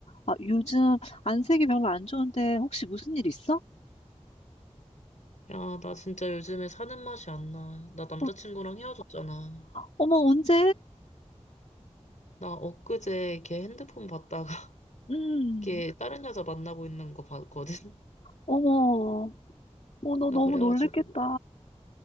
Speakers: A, on the left; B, on the left.
A: 아, 요즘 안색이 별로 안 좋은데 혹시 무슨 일 있어?
B: 야, 나 진짜 요즘에 사는 맛이 안 나. 나 남자친구랑
A: 어,
B: 헤어졌잖아.
A: 어머, 언제?
B: 나 엊그제 걔 핸드폰 봤다가
A: 음,
B: <laughs> 걔 다른 여자 만나고 있는 거 봤거든? <laughs>
A: 어머, 어, 너
B: 나
A: 너무
B: 그래가지고,
A: 놀랬겠다.